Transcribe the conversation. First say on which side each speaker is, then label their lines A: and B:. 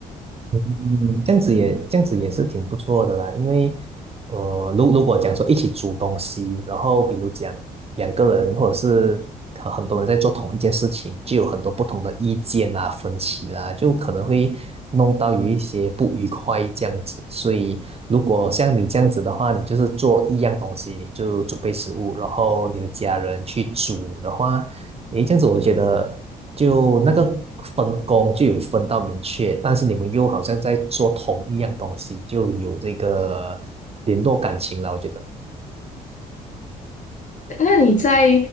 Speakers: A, on the right; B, on the left.
A: 嗯，这样子也这样子也是挺不错的啦，因为呃，如如果讲说一起煮东西，然后比如讲两个人或者是呃很多人在做同一件事情，就有很多不同的意见啊、分歧啦，就可能会弄到有一些不愉快这样子。所以如果像你这样子的话，你就是做一样东西，你就准备食物，然后你的家人去煮的话，诶，这样子我觉得。就那个分工就有分到明确，但是你们又好像在做同一样东西，就有这个联络感情了，我觉得。
B: 那你在